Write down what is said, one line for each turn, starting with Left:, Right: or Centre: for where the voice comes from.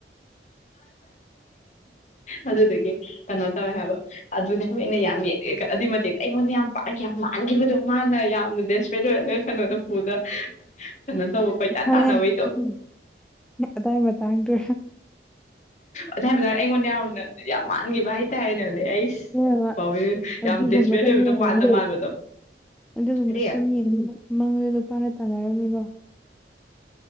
Left: ꯑꯗꯨꯗꯒꯤ ꯀꯩꯅꯣ ꯇꯧꯋꯦ ꯍꯥꯏꯕ ꯑꯗꯨꯅꯦ ꯍ ꯑꯩꯅ ꯌꯥꯝ ꯌꯦꯡꯉꯦ ꯑꯗꯨꯏ ꯃꯇꯦꯛꯇ ꯑꯩꯉꯣꯟꯗ ꯌꯥꯝ ꯄꯥꯛ ꯌꯥꯝ ꯄꯥꯟꯈꯤꯕꯗꯣ ꯃꯥꯅ ꯌꯥꯝꯅ ꯕꯦꯁꯄꯦꯠ ꯑꯣꯏꯔꯒ ꯀꯩꯅꯣꯗ ꯄꯨꯗ ꯀꯩꯅꯣ ꯇꯧꯕ ꯀꯣꯏꯇꯥꯟ
Centre: ꯇꯪꯉꯦ
Left: ꯇꯥꯟꯅꯕꯩꯗꯣ
Centre: ꯑꯗꯥꯏ ꯃꯇꯥꯡꯗꯨ
Left: ꯑꯗꯨꯏ ꯃꯇꯗꯥ ꯑꯩꯉꯣꯟꯗ ꯌꯥꯝꯅ ꯌꯥꯝ ꯃꯥꯟꯈꯤꯕ ꯍꯥꯏꯇꯥꯔꯦꯅꯦ ꯑꯗꯩ ꯑꯩꯁ
Centre: <unintelligible>
Left: ꯄꯥꯎꯋꯦ
Centre: ꯑꯗꯨꯒꯨꯝꯕ
Left: ꯌꯥꯝ ꯗꯦꯁꯄ꯭ꯔꯦꯠ
Centre: ꯁꯨꯝ
Left: ꯑꯣꯏꯕꯗꯣ
Centre: ꯌꯦꯡꯉꯒ
Left: ꯃꯥꯟꯗ ꯃꯥꯟꯕꯗꯣ
Centre: ꯑꯗꯨꯒꯨꯝꯕ
Left: ꯀꯔꯤ
Centre: ꯁꯨꯝ ꯌꯦꯡ ꯃꯪꯗꯨ ꯅꯨꯄꯥꯅ ꯇꯥꯟꯅꯔꯝꯃꯤꯀꯣ